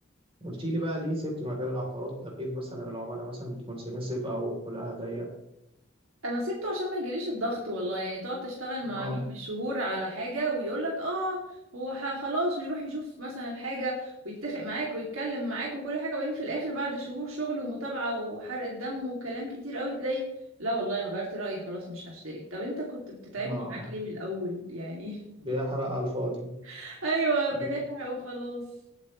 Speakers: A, on the right; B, on the right.
A: قلت لي بقى ليه سبت مجال العقارات ده غير مثلا العملاء مثلا بتكون سنسيف أو خلقها ضيق
B: انا سبته عشان ما يجيليش الضغط والله يعني تقعد تشتغل مع
A: اه
B: عميل بالشهور على حاجه ويقول لك اه هو ح- خلاص ويروح يشوف مثلا الحاجه ويتفق معاك ويتكلم معاك وكل حاجه وبعدين في الاخر بعد شهور شغل ومتابعه وحرق دم وكلام كتير قوي تلاقي لا والله انا غيرت رايي خلاص مش هشتري طب انت كنت بتتعبني
A: اه
B: معاك ليه من الاول يعني
A: بيحرق على الفاضي
B: <laughs> ايوه بنحرق
A: ب-
B: وخلاص